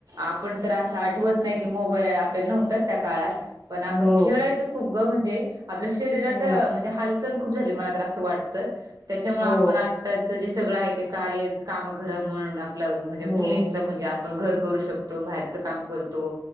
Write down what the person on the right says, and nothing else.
आपण तर असं आठवत नाही की मोबाईल आहे आपल्या नव्हताच त्या काळात पण आपण
खेळायचो खूप ग म्हणजे आपल्या शरीराचं
अह म्हणजे हालचाल खूप झाली, मला तर असं वाटतं. त्याच्यामुळ
आपण आताचं जे सगळं आहे ते कार्य काम घर म्हण आपल्या म्हणजे
मुलींच म्हणजे आपण घर करू शकतो. बाहेरचं काम करतो.